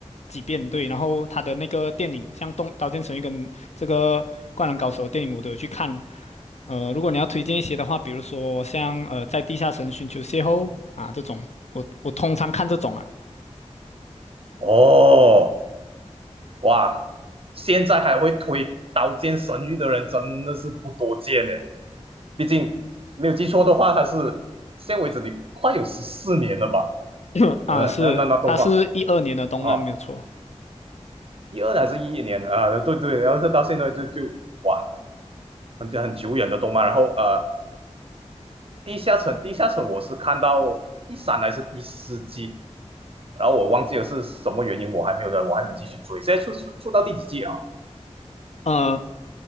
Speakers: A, on the left; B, on the right.
A: 几遍，对。然后他的那个电影，像动《刀剑神域》跟这个《灌篮高手》的电影，我都有去看。呃，如果你要推荐一些的话，比如说像呃，在地下城寻求邂逅啊这种，我我通常看这种啊
B: 哦，哇，现在还会推《刀剑神域》的人真的是不多见呢。毕竟没有记错的话，它是现在为止你快有十四年了吧？
A: <laughs> <clears throat> 啊是，
B: 嗯，那那那动画
A: 它是一二年的动漫没有错。
B: 啊，一二还是一一年啊？对对，然后是到现在就就哇，很很久远的动漫。然后呃，地下城地下城我是看到第三还是第四季，然后我忘记了是什么原因，我还没有我还没有继续追。现在出出出到第几季啊？
A: 呃，